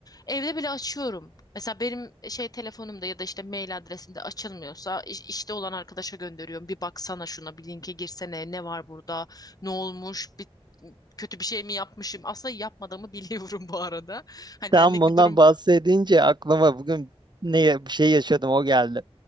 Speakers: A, on the left (about 35°); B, on the right (about 45°).
A: Evde bile açıyorum. Mesela benim şey telefonumda ya da işte mail adresimde açılmıyorsa iş- işte olan arkadaşa gönderiyorum. Bir baksana şuna, bir linke girsene. Ne var burada? Ne olmuş? Bir kötü bir şey mi yapmışım? Aslında yapmadığımı <laughs> biliyorum bu arada. Hani
B: Tam
A: benlik
B: bundan
A: bir durum.
B: bahsedince aklıma bugün ne bir şey yaşadım o geldi.